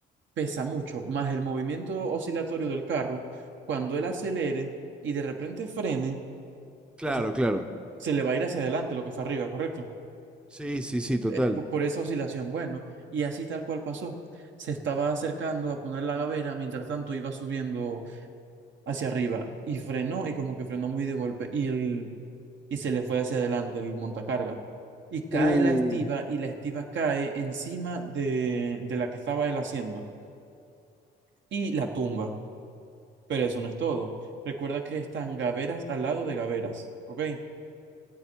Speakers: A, on the right; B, in the centre.
A: pesa mucho, más el movimiento oscilatorio del carro, cuando él acelere y de repente frene,
B: Claro,
A: o sea,
B: claro.
A: se le va a ir hacia adelante lo que está arriba, ¿correcto?
B: Sí, sí, sí, total.
A: Eh, po- por esa oscilación, bueno, y así tal cual pasó. Se estaba acercando a poner la gavera, mientras tanto iba subiendo hacia arriba y frenó y como que frenó muy de golpe y, el, y se le fue hacia adelante el montacarga. Y cae
B: Uh,
A: la estiba y la estiba cae encima de, de la que estaba él haciendo y la tumba. Pero eso no es todo. Recuerda que están gaveras al lado de gaveras, ¿ok?